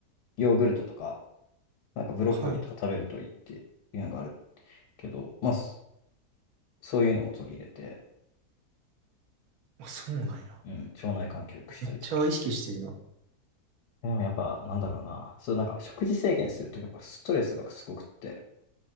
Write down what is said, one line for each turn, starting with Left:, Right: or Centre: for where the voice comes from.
Left: ヨーグルトとか、なんかブロッコリーとか食べるといいっていうのがある
Right: はい。
Left: けど、まあそそういうのも取り入れて、
Right: あ、そうなんや。
Left: うん、腸内環境良くしたりとかして、
Right: めっちゃ意識してるな。
Left: でもやっぱ、なんだろうな。そう、なんか食事制限するとやっぱストレスがすごくって、